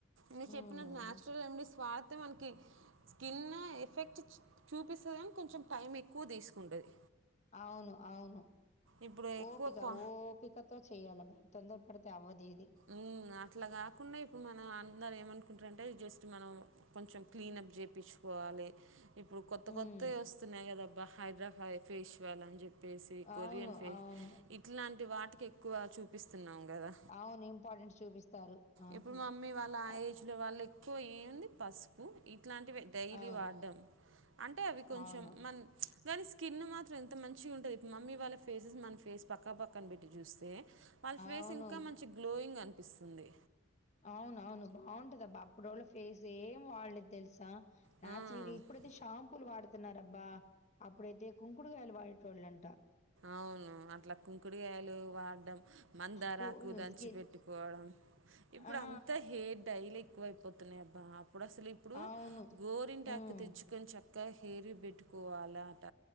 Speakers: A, on the right (about 70°); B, on the left (about 35°).
A: నువ్వు
B: ఉమ్
A: చెప్పినట్టు న్యాచురల్ రెమెడీస్ ఐతే మనకి స్కిన్ ఎ ఎఫెక్ట్ చూపిస్తదా కొంచెం టైం ఎక్కువ తీసుకుంటది
B: అవును అవును
A: ఇప్పుడు ఎక్కువ
B: ఓపిక
A: కా
B: ఓపికతో చెయ్యాలబ్బా తొందర పడితే అవ్వదు ఇది
A: ఉమ్మ్ అట్లా కాకుండా ఇప్పుడు మన అందరం ఏమనుకుంటారంటె టే జస్ట్ మనం కొంచెం క్లీన్అప్ చెప్ పిచ్చుకోవాలి ఇప్పుడు కొత్త కొత్తయి
B: ఉమ్
A: వస్తున్నాయి కదా అబ్ ఆ హైద్రబా హై ఫేషియల్ అని చెప్పేసి కొరియన్
B: అవును.
A: ఫే
B: అవును.
A: ఇట్లాంటి వాటి కేక్ ఎక్కువ చూపిస్తున్నాం కదా
B: అవును. ఇంపార్టెన్స్ చూపిస్తారు. ఆహా!
A: ఇప్పుడు మా మమ్మీ వాళ్ళు ఆ
B: అద్
A: ఏజ్ లో వాళ్ళు ఇప్ పో ఏ వున్ది పసుపు ఇ ట్లాంటివే డైలీ
B: అవును.
A: వాడ్డం అంటే అవి కొంచెం
B: అవును.
A: మన కాని స్కిన్ మాత్రం ఎంత మంచి ఉంటంది ఇప్పుడు మమ్మీ వాళ్ళ ఫేసెస్ మన ఫేస్ పక్క పక్కన పెట్టి చూస్తే వాళ్ళ ఫేస్
B: అవును.
A: ఇంకా మంచి గ్లోయింగ్ అనిపి ఇస్తుంది
B: అవును అవును బావుంటది అబ్బా అప్పుడోళ్ళా ఫేస్ ఏం వాళ్లేేది తెలుసా
A: ఆ
B: నాచురల్
A: ఉమ్
B: వి ఇప్పుడైతే షాంపూలు వాడు తున్నారు అబ్బా అప్పుడైతే కుంకడుగాయలు వాడె టోల్ళంట
A: అవును అట్ల కుంకుడుగాయలు వాడ్డం మందారాకు
B: కు
A: దంచి
B: స్కిన్
A: పెట్టుకోవడం ఇప్పుడు
B: ఆ!
A: అంత హేర్ డైలే ఎక్కువైపోతున్నాయి అబ్బా అప్ ఇప్పుడు అసలు ఇప్పుడు
B: అవును.
A: గోరింటాకు
B: హ్మ్.
A: తెచ్చుకొని చక్క గా హేర్ కి బెట్టుకోవాలట